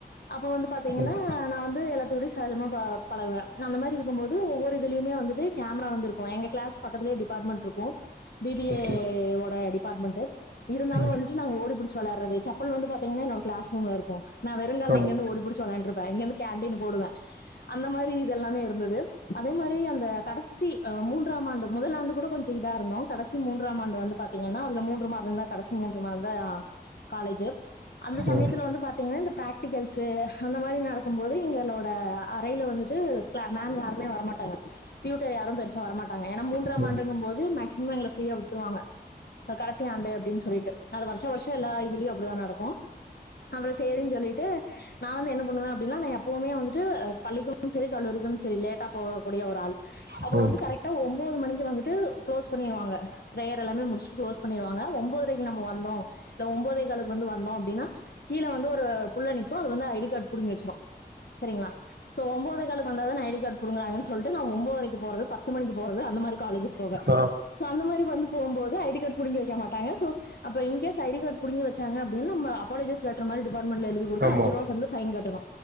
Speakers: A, on the left; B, on the right.
A: அப்ப வந்து பாத்தீங்கன்னா
B: ம்
A: நா வந்து எல்லாத்து கூடயு சகஜமா பா பழகுவே நா அந்த மாறி இருக்கும்போது ஒவ்வொரு இதுலயுமே வந்துட்டு கேமரா வந்திருக்கு எங்க கிளாஸ் பக்கத்திலேயே டிபார்ட்மெண்ட் இருக்கும் பி பி
B: ஓகே
A: ஏ ஓட டிப் அப்பார்ட்மெண்ட்டு இருந்தாலு
B: ம்
A: வந்துட்டு நாங்க ஓடிபுடிச் சொல்லாறது சப் அப்ப வந்து பாத்திங்கன்னா என்னோட கிளாஸ் ரூம்ல இருக்கு நா வெறுங்கால்ல
B: ஆமாம்
A: இங்கிருந்து ஓடிபுடிச் வெளாண்ருப் இங்கந்து காண்டீன் ஓடுவே அந்த மாதிரி இதெல்லாமே இருக் இருந்தது அதே மாரி அந்த கடைசி அ மூன்றாம் ஆண்டு முதல் ஆண்டு கூட கொஞ்ச இதா இருந்தோ கடைசி மூன்றாம் ஆண்டு வந்து பாத்தீங்கன்னா அதுல மூன்று மாத இருந்தா கடைசி மூன்று மாதந்தா காலேஜ்ஜு அந்த சமயத்துல
B: ம் ம்
A: வந்து பாத்தீங்கன்னா இந்த பிராக்டிகல்ஷு அந்த மாரி நடக்கு போது எங்களோட அறையில வந்துட்டு மேம் யாருமே வரமாட்டாங்க டியூட்டர் யாரு பெருசா வரமாட்டாங்க ஏன்னா மூன்றாம்
B: ஆ ம் ம்
A: ஆண்டுங்கும் போது மேக்சிமம் எங்களை ஃப்ரீயா விட்டருவாங்க இப்ப கடைசி ஆண்டு அப்டின்னு சொல்லிட்டு அது வருஷா வருஷ எல்லா இதுலயு அப்படிதா நடக் ஆ நம்ம சேரின் சொல்லிட்டு நா வந்து என்ன பண்ணுவே அப்டின்னா எப்பவுமே வந்துட்டு அ பள்ளிக்கு சரி கல்லூரி சரி லேட்டா போகக்கூடிய ஒரு ஆள்
B: ஓ
A: அப்போ வந்து கரெக்ட்டா ஒம்போது மணிக்கு வந்துட்டு கிளோஸ் பண்ணவாங்க ப்ரேயர் எல்லாமே முடிச்ட்டு கிளோஸ் பன்னிருவாங்க ஒம்போதரைக்கு நம்ம வந்தோ இல்ல ஒம்போதே கால்க்கு வந்து வந் ன்னா அப்டினா கீழ வந்து ஒரு புள்ள நிக்கு அது வந்து ஐ டி கார்டு புடிங்கி வச்சிரு தெரியுங்களா சோ ஒம்போதே கால்க்கு வந்தாதான ஐ டி கார்டு புடுங்குறாங்கன் சொல்ட்டு நா ஒம்போதரைக்கு போறது பத்து மணிக்கு போறது அந்த மாரி காலேஜ் போவே
B: ஓ
A: சோ அந்த மாரி வந்து போம்போது ஐ டி கார்டு புங்கி வைக்க மாட்டங்க சோ அப்ப இன்கேஸ் ஐ டி கார்டு புடிங்கி வச்சாங்க என்ன அப்பாலாஜிஸ் லெட்டர் மாரி டிபார்ட்மென்ட்ல எழுதி குடுத்தா
B: ஆமாம்
A: அஞ்சு ரூவா பைன் கட்டணு